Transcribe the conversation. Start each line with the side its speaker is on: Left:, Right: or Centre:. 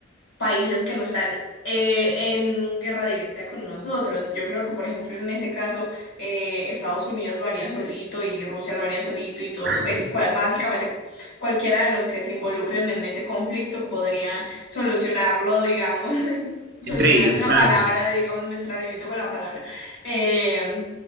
Left: países que no están eh, en guerra directa con nosotros. Yo creo que, por ejemplo, en ese caso, eh, Estados Unidos lo haría solito y Rusia lo haría solito y todo,
Right: <laughs>
Left: pues
Right: sí.
Left: cua- básicamente cualquiera de los que se involucren en ese conflicto podrían solucionarlo, digamos. <laughs> Solucionar
Right: entre ellos,
Left: es una
Right: claro.
Left: palabra, digamos, me extralimito con la palabra. eh,